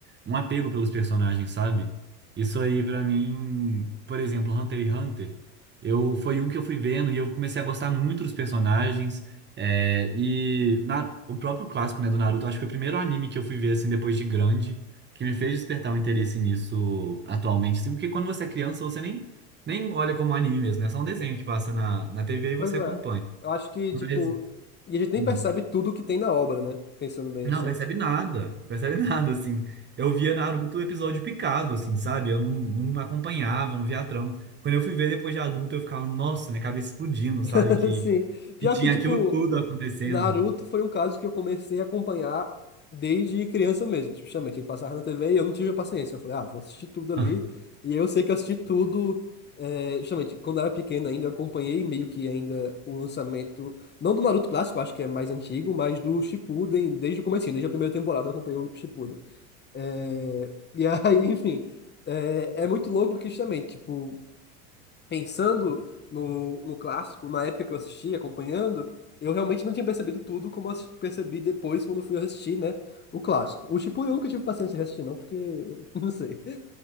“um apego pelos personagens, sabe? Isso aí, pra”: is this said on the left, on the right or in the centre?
Right